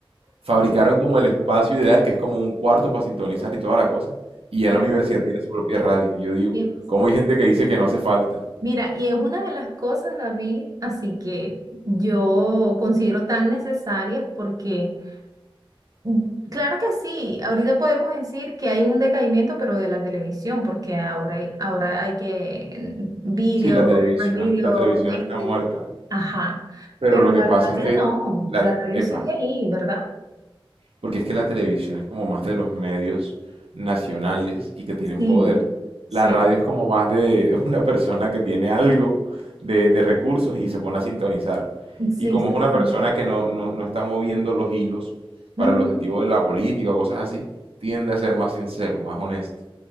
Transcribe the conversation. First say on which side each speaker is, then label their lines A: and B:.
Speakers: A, on the right; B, on the right.
A: fabricaron como el espacio ideal, que es como un cuarto para sintonizar y toda la cosa. Y ya
B: Ajá.
A: la universidad tiene su propia radio. Y yo digo,
B: Y-
A: ¿cómo hay gente que dice que no hace falta?
B: Mira, y es una de las cosas, David, así que yo considero tan necesarias porque, mm, claro que sí, ahorita podemos decir que hay un decaimiento, pero de la televisión, porque ahora hay, ahora hay que mm, video,
A: Sí, la televisión,
B: Prime Video,
A: la televisión
B: Netflix,
A: está muerta.
B: ajá,
A: Pero
B: pero
A: lo
B: la
A: que pasa
B: radio
A: es que,
B: no,
A: la,
B: la
A: te-
B: radio
A: epa,
B: sigue ahí, ¿verdad?
A: Porque es que la televisión es como más de los medios nacionales y que tienen
B: Sí,
A: poder.
B: sí,
A: La radio es como más de <laughs> una persona que tiene algo de, de recursos y se pone a sintonizar.
B: sí,
A: Y como
B: soy
A: es una persona
B: yo.
A: que no, no, no está moviendo los hilos
B: Ujú.
A: para el objetivo de la política o cosas así, tiende a ser más sincero, más honesto.